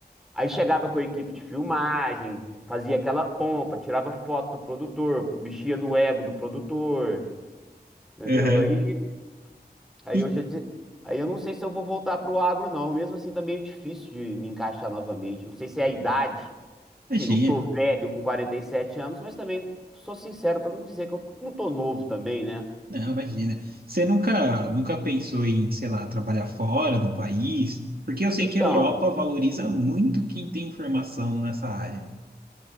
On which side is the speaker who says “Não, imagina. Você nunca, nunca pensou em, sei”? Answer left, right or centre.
Right